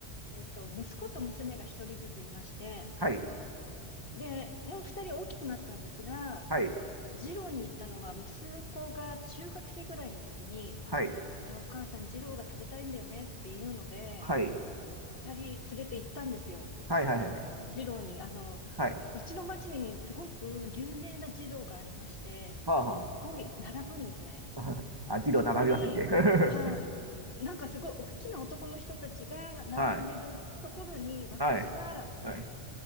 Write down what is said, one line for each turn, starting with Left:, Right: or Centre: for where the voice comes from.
Left: えっと、息子と娘が一人ずついまして、
Right: はい。
Left: で、もう二人大きくなったんですが、
Right: はい。
Left: 二郎に行ったのは息子が中学生ぐらいの時に、い
Right: はい。
Left: や、お母さん、二郎が食べたいんだよねっていうので、
Right: はい。
Left: 二人連れて行ったんですよ。
Right: はい。はい。はい。はい。はい。
Left: 二郎に、あの、
Right: はい。
Left: うちの町にすごく有名な二郎がありまして、
Right: はい。はい。
Left: ここに並ぶんですね。
Right: <laughs> あ、字の並び忘れて。
Left: そこに、
Right: <laughs>
Left: はい。なんかすごい大きな男の人たちが並んでるところに、
Right: はい。
Left: 私が
Right: はい。はい。